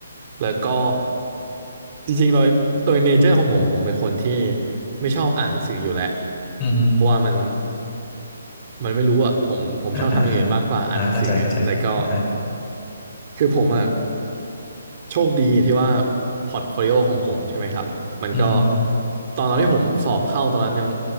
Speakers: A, on the right; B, on the left.
A: แล้วก็จริงๆโดยโดยเนเจอร์ของผมผมเป็นคนที่ไม่ชอบอ่านหนังสืออยู่แล้ว
B: อือฮึ
A: เพราะว่ามันมันไม่รู้อะผมผมชอบทำอย่างอื่นมากกว่าอ่านหนังสือแล้วก็
B: อ่าฮะอ่าฮะอ่าเข้าใจเข้าใจครับอ่าฮะ
A: คือผมอะโชคดีที่ว่าพอร์ตโฟลิโอของผมใช่ไหมครับมันก็
B: อือฮึ
A: ตอนตอนที่ผมสอบเข้าตอนนั้นยัง